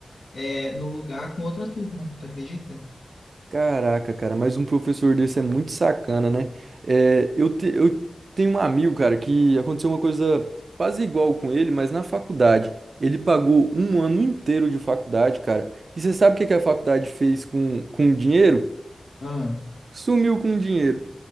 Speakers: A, on the left (about 90°); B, on the right (about 65°).
A: eh, no lugar com outra turma, tu acredita?
B: Caraca, cara, mas um professor desse é muito sacana, né? É, eu, te- eu tenho um amigo, cara, que aconteceu uma coisa quase igual com ele, mas na faculdade. Ele pagou um ano inteiro de faculdade, cara. E você sabe o que que a faculdade fez com, com o dinheiro?
A: Ah,
B: Sumiu com o dinheiro.